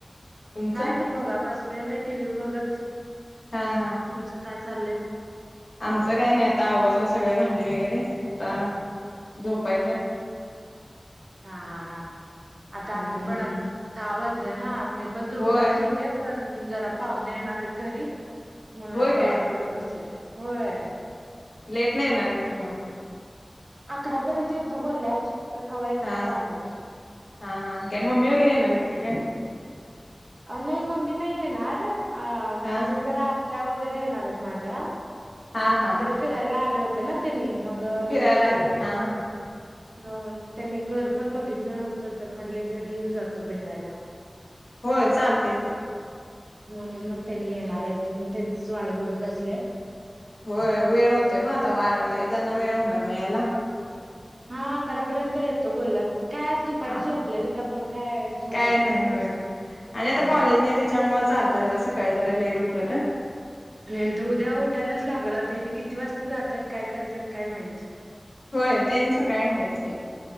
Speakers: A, on the left (about 80°); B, on the right (about 55°).
A: तुमचं
B: काय नाही बघा बसलेले टीव्ही बघत.
A: हा हा
B: तुमचं काय चाललंय?
A: आमचं काय नाही आता आवरल सगळं भांडी वगैरे, आता झोपायच.
B: हा हा हा आता
A: हम्म
B: आम्ही पण आता दहा वाजल ना पण झोपणारच
A: होय
B: होते पण, जरा पाहुूने येणार आहेत घरी म्हणून
A: होय
B: आता
A: काय
B: वाट बघत बसलय. होय
A: लेट नाही येणार आहेत कि मग
B: अकरापर्यंत येतो बोलल्यात. तर कवा येतात
A: हा
B: काय
A: हा
B: माहिती
A: हा हा. काय मम्मी वगैरे येणार आहेत का काय?
B: नाही मम्मी नाही येणार. अ
A: हा
B: ते
A: हा
B: जरा आत्या वगैरे येणार आहेत माझ्या.
A: हा हा
B: इकड फिरायला आले होते ना त्यांनी मग
A: फिरायला आलेत
B: येता
A: हा
B: <unintelligible>
A: हा
B: अ त्यांनी घर पण बघितलं नव्हतं तर म्हणले, घरी येऊन जातो भेटायला.
A: होय चालतय की.
B: म्हणून मग त्यांनी येणार आहे त्यांच वाट बघत बसलंय
A: होय वेळ होतय मग आता वा येदना वेळ होणार म यायला.
B: ह अकरापर्यंत येतो बोललात कायज दुपारी
A: हा
B: झोपलेली त्यामुळे. काय झोपेचं
A: काय नाही
B: टेन्शन
A: होय
B: नाही.
A: आणि आता
B: हा
A: कॉलेज नाही त्याच्यामूळ चालत जरा सकाळी जरा लेट उठलं तर
B: आणि तो उद्या उठायलाच लागलता किती वाजता जातात काय करतायत काय माहित
A: होय त्यानी सकाळी हायच केली.